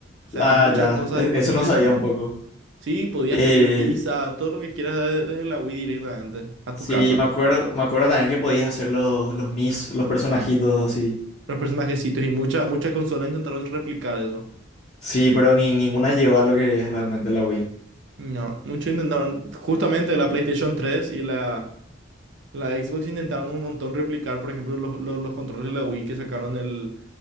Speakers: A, on the right; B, on the left.
A: O sea,
B: Ah,
A: muchas
B: ya,
A: cosas
B: e-
A: disponibles
B: eso no sabía
A: tenía.
B: un poco.
A: Sí, podías
B: Eh,
A: pedir pizza, todo lo que quieras de- desde la Wii directamente a
B: sí,
A: tu casa.
B: me acuerdo, me acuerdo también que podías hacer los, los Mis, los personajitos así.
A: los personajecitos y muchas muchas consolas intentaron replicar eso.
B: Sí, pero ni ninguna llegó a lo que es realmente la Wii.
A: No, muchos intentaron, justamente la PlayStation 3 y la, la Xbox intentaron un montón replicar, por ejemplo, los, los, los controles de la Wii que sacaron el,